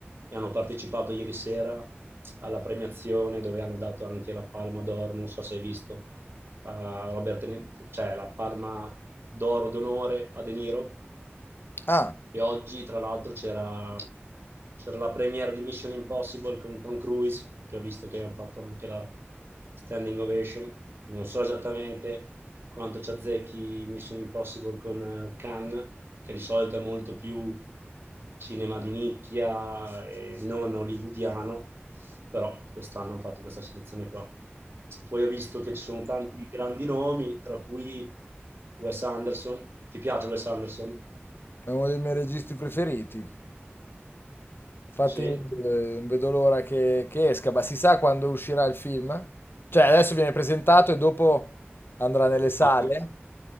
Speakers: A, on the right; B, on the left.
A: e hanno partecipato ieri sera alla premiazione dove hanno dato anche la Palma d'Oro, non so se hai visto a Robert De Ni- cioè la palma d'oro d'onore a De Niro.
B: Ah,
A: E oggi, tra l'altro, c'era c'era la premiere di Mission Impossible con Tom Cruise, che ho visto che hanno fatto anche la standing ovation. Non so esattamente quanto ci azzecchi Mission Impossible con eh, Cannes, che di solito è molto più cinema di nicchia e non hollywoodiano, però quest'anno hanno fatto questa selezione qua. Poi ho visto che ci sono tanti grandi nomi, tra cui Wes Anderson. Ti piace Wes Anderson?
B: è uno dei miei registi preferiti. Infatti,
A: Sì?
B: eh, non vedo l'ora che, che esca, ma si sa quando uscirà il film? Cioè, adesso viene presentato e dopo andrà nelle
A: No.
B: sale?